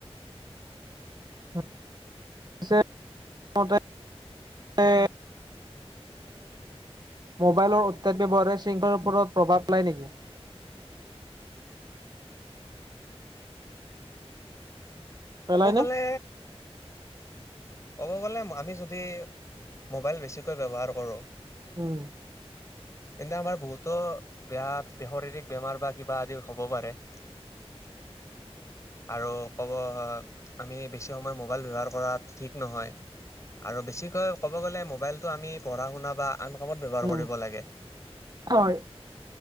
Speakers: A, on the right; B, on the left.
A: <inaudible> <inaudible> মোবাইলৰ অত্যাধিক ব্যৱহাৰে শৃংখলৰ ওপৰত প্ৰভাৱ পেলাই নেকি? পেলাই
B: ক'ব গলে
A: নে?
B: ক'ব গ'লে আমি যদি মোবাইল বেছিকৈ ব্যৱহাৰ কৰোঁ,
A: উম,
B: <unintelligible> এনে আমাৰ বহুতো বেয়া শাৰীৰিক বেমাৰ বা কিবা আদি হব পাৰে। <unintelligible> আৰু ক'ব আমি বেছি সময় মোবাইল ব্যৱহাৰ কৰা ঠিক নহয় আৰু বেছিকৈ ক'ব গ'লে মোবাইলটো আমি পঢ়া শুনা বা আন কামত ব্যৱহাৰ
A: উম।
B: কৰিব লাগে।
A: হয়।